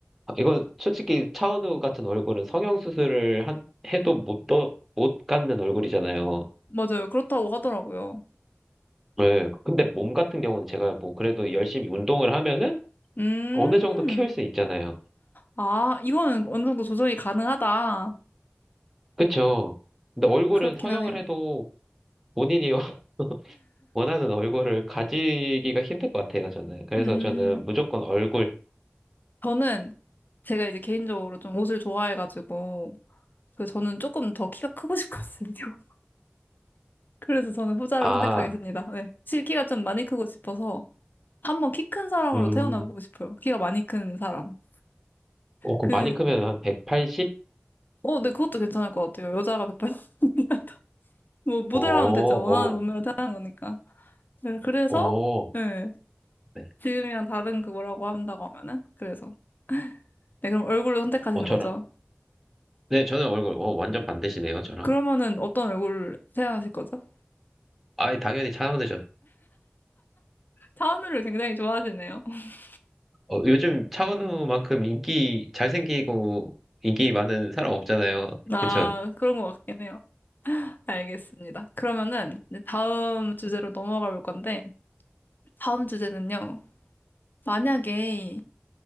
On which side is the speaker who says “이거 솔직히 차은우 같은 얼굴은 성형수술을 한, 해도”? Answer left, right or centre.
Centre